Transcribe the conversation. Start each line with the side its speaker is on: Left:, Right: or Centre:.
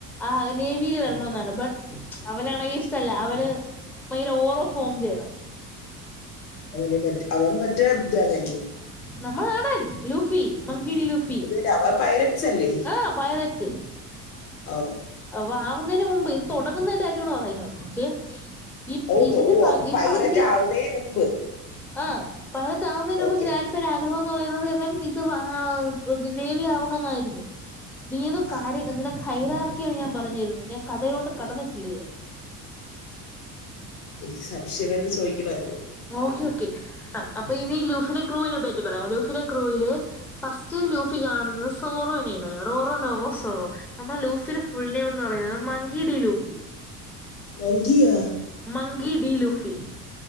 Centre: ആ, നേവിയിൽ, വരണെന്നാണ്, ബട്ട, അവനാണെങ്കി ഇഷ്ടല്ല, അവന്, ഭയങ്കര, ഓറോ, ഫോം, ചെയ്യണം.
Left: അവന്, മറ്റ, അവൻ, മറ്റേബങ്ങെല്ലെ
Centre: നമ്മളാണൻ, ലൂഫി, മങ്കിടി, ലൂഫി,
Left: അത് അവൻ പൈററ്റ്സ് അല്ലേ
Centre: ആ, പയ ത്.
Left: ഓ.
Centre: അ, ആവുന്നതിന്, മുമ്പ്, ഇത്, തുടങ്ങുന്നതിന്റെ, കാര്യമാണ്, പറയുന്നത്, ഒകെ. ഇ,
Left: ഓ
Centre: ഇതിത്തെ,
Left: തോ ഓ
Centre: പ,
Left: അപ്പൊ
Centre: ഇ,
Left: പൈററ്റ്
Centre: പകുതിയ
Left: ആവുന്നതിന് മുമ്പ്
Centre: ആ, പൈലെറ്റാവുന്നതിനുമുമ്പ്,
Left: ഓക്കെ
Centre: ഗ്രാൻപ്പേടെ, ആഗ്രഹം, എന്ന്, പറയുന്ന, ദിവൻ <unintelligible> നേവി, ആവണന്നായിരുന്നു, നീയിത്,
Left: ആ
Centre: കാര്യ ഹൈറാർക്കിയാണ്, ഞാൻ, പറഞ്ഞിരുന്നത്, ഞാൻ, കഥയോട്ട്, കടന്നിട്ടില്ല, ഇതുവരെ
Left: എനിക്ക്, സംശയം, വരുമ്പ്, ചോദിക്കണമല്ലോ
Centre: ഓക്കെ, ഓക്കെ, അ, അപ്പൊ, ഇനി, ലൂഫില, ക്രൂവിനെ, പറ്റി, പറയാം, ലുഫില, ക്രൂയില്, ഫസ്റ്റ് ലൂഫി, കാണുന്നത്, സോറോനെയാണ്, റോറോ, നോവോ, സോറോ, എന്നാൽ, ലൂഫിയുടെ, ഫുൾ, നെയിം, എന്ന്, പറയുന്നത് മങ്കി, ഡിലൂഫ്,
Left: മങ്കിയാ
Centre: Monkey, D, Luffy.